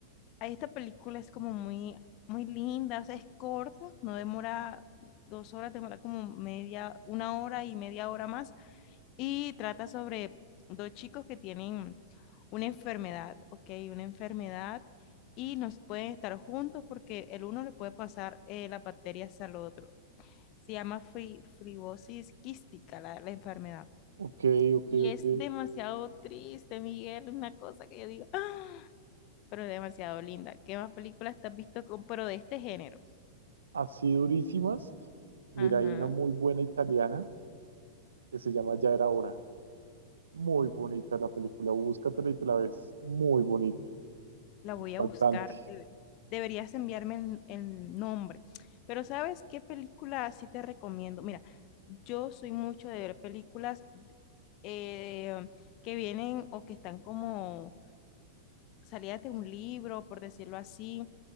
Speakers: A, on the left; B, on the right.
A: Ahí Esta película es como muy, muy linda, o sea, es corta, no demora dos horas, demora como media, una hora y media hora más y trata sobre dos chicos que tienen una enfermedad, ¿ok? Una enfermedad y nos pueden estar juntos porque el uno le puede pasar eh, las bacterias al otro. Se llama fri- fibrosis quística la, la enfermedad.
B: Ok, ok,
A: Y es
B: ok.
A: demasiado triste, Miguel, una cosa que yo digo, ¡ah! pero demasiado linda. ¿Qué más películas te has visto con, pero de este género?
B: Así durísimas. Mira,
A: Ajá.
B: hay una muy buena italiana que se llama Ya era hora. Muy bonita la película, búscatela y te la ves. Muy bonita,
A: La voy
B: impactante.
A: a buscar. debe- Deberías enviarme el, el nombre. Pero ¿sabes qué película sí te recomiendo? Mira, yo soy mucho de ver películas eh, que vienen o que están como salidas de un libro, por decirlo así,